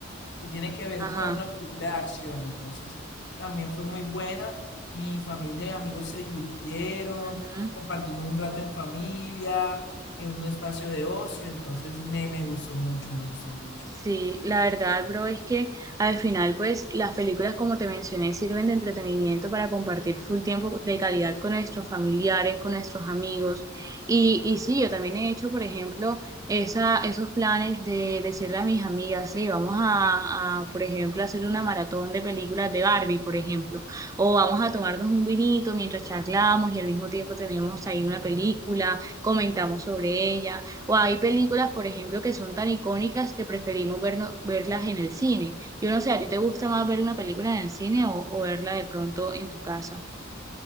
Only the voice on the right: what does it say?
ajá.
ujú.
Sí, la verdad, bro, es que al final, pues, las películas, como te mencioné, sirven de entretenimiento para compartir full tiempo de calidad con nuestros familiares, con nuestros amigos. Y, y sí, yo también he hecho, por ejemplo, esa, esos planes de decirle a mis amigas, sí, vamos a, a, por ejemplo, hacer una maratón de películas de Barbie, por ejemplo, o vamos a tomarnos un vinito mientras charlamos y al mismo tiempo tenemos ahí una película, comentamos sobre ella. O hay películas, por ejemplo, que son tan icónicas que preferimos verno- verlas en el cine. Yo no sé, ¿a ti te gusta más ver una película en el cine o, o verla de pronto en tu casa?